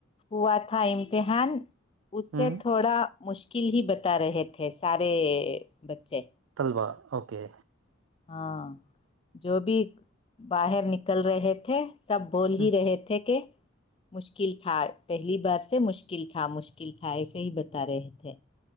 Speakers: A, on the left; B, on the right.
A: ہوا تھا امتحان اس
B: ہ
A: سے تھوڑا مشکل ہی بتا رہے تھے سارے بچے
B: وا اوکے
A: ہاں جو بھی باہر نکل رہے تھے سب بول
B: ہوں،
A: ہی رہے تھے کہ مشکل تھا پہلی بار سے مشکل تھا مشکل تھا ایسے ہی بتا رہے تھے